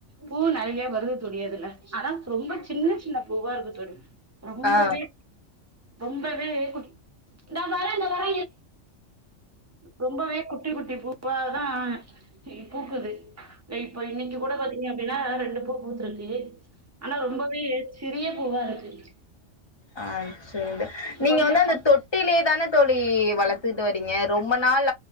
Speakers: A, on the right (about 25°); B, on the left (about 25°).
A: பூ நிறைய வருது தணதுல ஆனா ரொம்ப சின்ன சின்ன பூவா இருக்கு துண ரொம்பவே
B: ஆ
A: பொங்கவே குடி இந்தான் வர இந்த வர ரொம்பவே குட்டி குட்டி பூ போ அததான் பூக்குது இ இப்ப இன்னிக்கு கூட பாத்தீங்க அப்டீன்னா ரெண்டு பூ த்ருக்கு ஆனா ரொம்பவே சிறிய பூவா இருக்கு சரி
B: அஹ் சரி நீங்க
A: கொஞ்சமா
B: வந்து அந்த தொட்டிலேதான தோழி வளர்த்துட்டு வரீங்க ரொம்ப நாள்